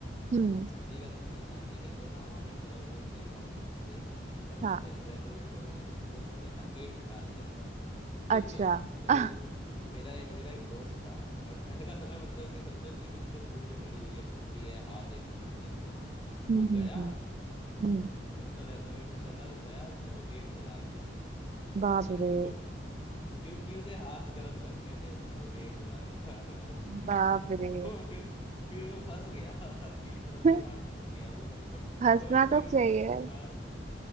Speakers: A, on the left (about 30°); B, on the right (about 40°).
A: मैं
B: हम्म
A: थोड़ा ठंडी का समय था ठीक है तो ना हमारे ट- जो नए वॉशरूम्स थे सब
B: हाँ
A: ना रे, रेनोवेट हो रहे थे तो उन्होंने ना गेट हटा दिया था <laughs> ठीक
B: अच्छा
A: है तो
B: आह,
A: तो मेरा मेरा एक दोस्त था और ठंड का समय मतलब कि समझो कि बिल्कुल धुंध पड़ी हुई है ठंडी है हाथ एकदम ठंडे पड़े हैं
B: हम्म
A: वो गया
B: हम्म हम्म
A: उ- उ-
B: हम्म,
A: मतलब रेनोवेशन चल रहा है वो गया और उसने वो गेट जला दिया
B: बाप
A: समझ रही
B: रे
A: हो क्योंकि उसे हाथ गर्म करने थे उसने वो गेट जला दिया <laughs>
B: बाप
A: तो
B: रे
A: फिर फिर वो फंस गया <laughs> टीचरों
B: <laughs>
A: के साथ फंस गया वो <laughs>
B: हंसना
A: और फिर
B: तो
A: उसकी
B: चाहिए
A: जो क्लास